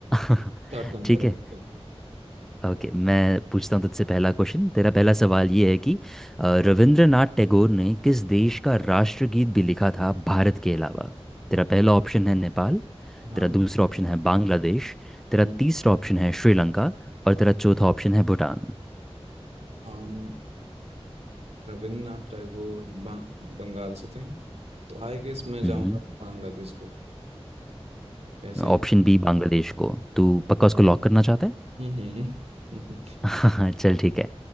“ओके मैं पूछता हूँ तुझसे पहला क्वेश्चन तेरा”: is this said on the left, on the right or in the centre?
Centre